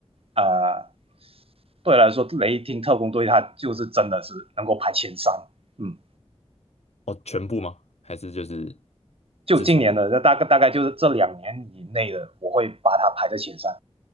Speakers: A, on the right; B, on the left.
A: 啊，对我来说，《雷霆特工队》它就是真的是能够排前三，嗯，
B: 哦，全部吗？还是就是
A: 就今年的，
B: 自从？
A: 那大概大概就是这两年以内的，我会把它排在前三。